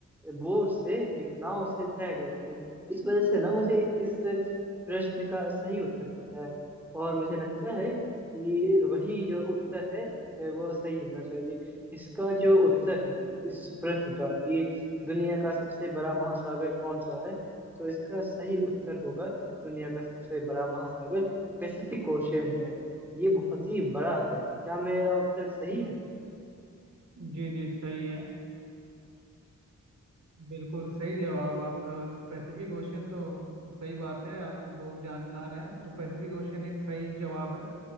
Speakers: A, in the centre; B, on the right.
A: बोट से एक नाव से तय करते हैं इस वजह से ना मुझे इस प्रश्न का सही उत्तर पता है और मुझे लगता है कि वही जो उत्तर है अ, वो सही होना चाहिए इसका जो उत्तर है इस प्रश्न का कि दुनिया का सबसे बड़ा महासागर कौन सा है तो इसका सही उत्तर होगा दुनिया का सबसे बड़ा महासागर पैसिफिक ओशियन है ये बहुत ही बड़ा है क्या मेरा उत्तर सही है
B: जी जी सही है बिल्कुल सही जवाब आपका पैसिफिक ओशियन तो सही बात है आप बहुत जानकार हैं तो पैसिफिक ओशियन एक सही जवाब है